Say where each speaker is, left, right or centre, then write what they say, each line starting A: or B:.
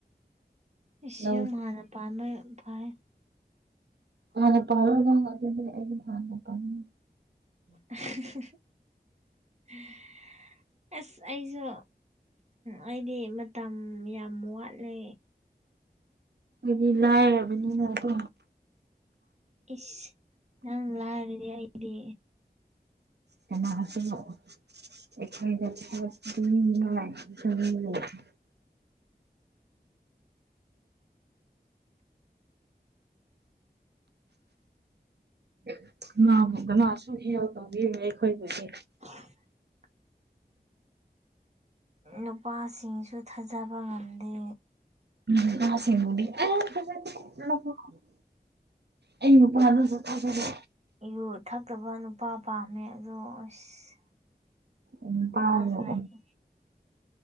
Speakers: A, on the right; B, on the right.
A: ꯑꯁ
B: ꯂꯧ
A: ꯌꯨꯝ ꯍꯥꯟꯅ ꯄꯥꯟꯕ ꯐꯩꯌꯦ
B: ꯍꯥꯟꯅ ꯄꯥꯜꯔꯣꯏ ꯅꯉꯖꯅꯦ ꯑꯩꯗꯤ ꯍꯥꯟꯅ ꯄꯥꯉ
A: <unintelligible> ꯑꯁ ꯑꯩꯁꯨ ꯑꯩꯗꯤ ꯃꯇꯝ ꯌꯥꯝ ꯋꯥꯠꯂꯦ
B: ꯑꯩꯗꯤ ꯂꯥꯏꯔꯕꯅꯤꯅ ꯀꯣ
A: ꯏꯁ ꯅꯪ ꯂꯥꯏꯔꯔꯦ ꯍꯥꯏꯗꯤ
B: ꯀꯥꯟꯅꯥ ꯇꯩꯅꯣ ꯑꯩꯈꯣꯏ <unintelligible> <unintelligible> ꯀꯅꯥꯁꯨ ꯍꯦꯜꯞ ꯇꯧꯕꯤꯔꯦꯏ ꯑꯩꯈꯣꯏꯒꯤꯗꯤ
A: <unintelligible> ꯅꯨꯄꯥꯁꯤꯡꯁꯨ ꯊꯥꯖꯕ ꯉꯝꯗꯦ
B: ꯎꯝ <unintelligible> ꯑꯩ ꯅꯨꯄꯥꯗꯨꯁꯨ ꯊꯖꯥꯗꯦ
A: ꯌꯨ ꯊꯛꯇꯕ ꯅꯨꯄꯥ ꯄꯥꯝꯃꯦ ꯑꯗꯣ ꯑꯁ
B: ꯎꯝ
A: ꯅꯨꯄꯥꯁꯨ
B: ꯇꯥꯕꯔꯣ
A: ꯂꯩꯇꯦ